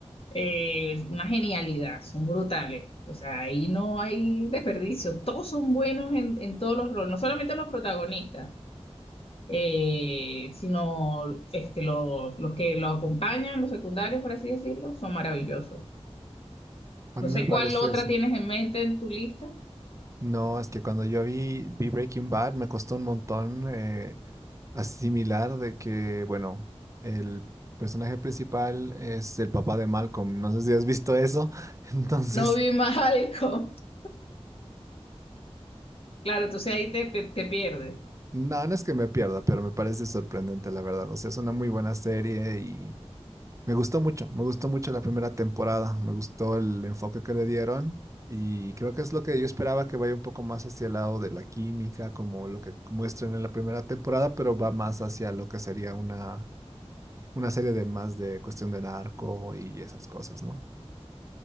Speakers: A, on the left; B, on the right.
A: eh, una genialidad, son brutales. O sea, ahí no hay desperdicio. Todos son buenos en, en todos los roles, no solamente los protagonistas, eh, sino este, los, los que los acompañan, los secundarios, por así decirlo, son maravillosos.
B: A
A: No
B: mí
A: sé
B: me parece
A: cuál otra
B: eso.
A: tienes en mente en tu lista.
B: No, es que cuando yo vi, vi Breaking Bad me costó un montón. eh, asimilar de que, bueno, el personaje principal es el papá de Malcolm. No sé si has visto eso. <laughs> Entonces,
A: No vi Malcolm. <laughs> Claro, entonces ahí te, te, te pierdes.
B: no, no es que me pierda, pero me parece sorprendente, la verdad. O sea, es una muy buena serie y me gustó mucho. Me gustó mucho la primera temporada. Me gustó el enfoque que le dieron. Y creo que es lo que yo esperaba que vaya un poco más hacia el lado de la química, como lo que muestran en la primera temporada, pero va más hacia lo que sería una, una serie de más de cuestión de narco y esas cosas, ¿no?